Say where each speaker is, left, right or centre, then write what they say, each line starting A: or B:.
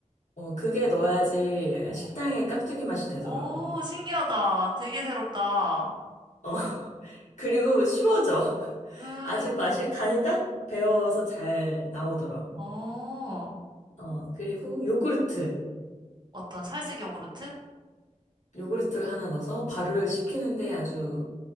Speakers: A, on the left; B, on the right.
A: 어, 그게 넣어야지
B: 어,
A: 식당의 깍두기 맛이 되더라고.
B: 오, 신기하다. 되게 새롭다.
A: 어, <laughs> 그리고 쉬워져.
B: 음,
A: 아주 맛이 간이 딱 배어서 잘 나오더라고.
B: 어,
A: 어, 그리고 요구르트.
B: 어떤 살색 요구르트?
A: 요구르트를 하나 넣어서 발효를 시키는데 아주